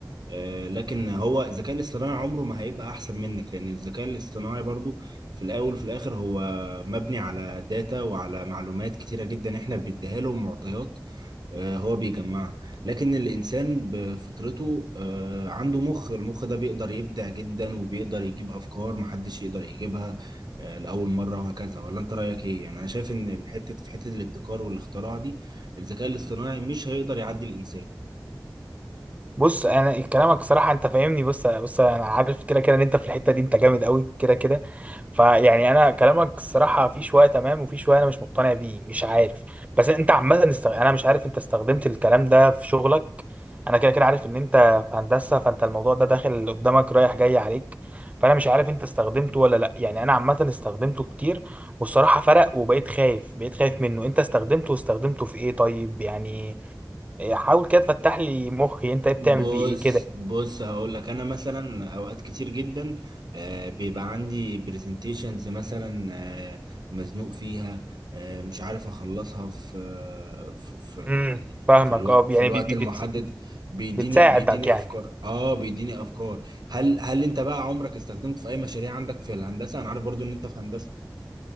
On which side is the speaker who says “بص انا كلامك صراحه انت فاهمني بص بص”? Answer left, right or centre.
Right